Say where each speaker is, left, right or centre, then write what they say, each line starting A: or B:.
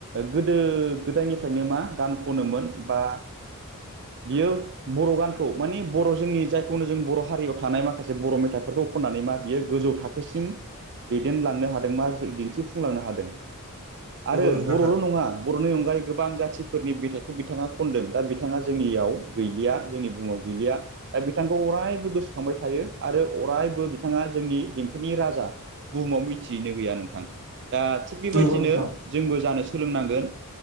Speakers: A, on the right; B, on the right.
A: गोदो गोदायनिफ्रायनो मा गान खनोमोन बा बियो बर' गानखौ माने बर' जोंनि जायखौनो जों बर' हारियाव थानाय माखासे बर' मेथाइ फोरखौ खननानै मा बियो गोजौ था खोसिम दैदेनलांनो हादों बा दिन्थिफुंलांनो हादों
B: नंगौ
A: आरो
B: नोंथां
A: बर'ल' नङा बर'नि अनगायै गोबां जाथिफोरनि बिथथाइखौ बिथाङा खनदों दा बिथाङा जोंनियाव गैलिया जोंनि बुहुमाव गैलिया दा बिथांखौ अरायबो गोसोखांबाय थायो आरो अरायबो बिथाङा जोंनि दें खोनि राजा बुहुमाव मिथियैनो गैया नोंथां दा थिग बेबायदिनो
B: नंगौ नोंथां
A: जोंबो जानो सोलोंनांगोन